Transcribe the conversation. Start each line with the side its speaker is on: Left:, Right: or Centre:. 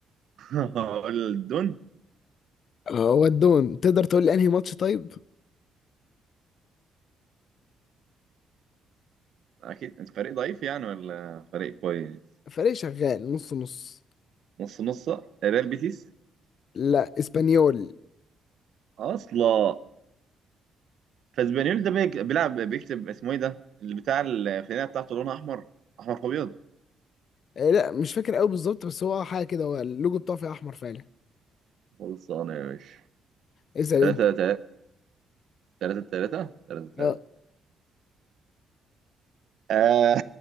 Right: <laughs> هقول الدون
Left: آه، ودهم تقدر تقول لي انهي ماتش طيب
Right: اكيد انت فريق ضعيف يعني ولا فريق كويس
Left: فريق شغال نص نص
Right: نص نص ريال بيتيس
Left: لا اسبانيول
Right: اصلا فاسبانيول ده بيج- بيلعب بيكتب اسمه ايه ده اللي بتاع الفنانه بتاعته لونها احمر احمر في ابيض
Left: آه، لا مش فاكر قوي بالظبط بس هو حاجه كده هو اللوجو بتاعه فيه احمر فعلا
Right: خلصانه يا باشا
Left: اسال
Right: تلاتة
Left: انت
Right: تلاتة تلاتة تلاتة تلاتة تلاتة
Left: آه،
Right: آه.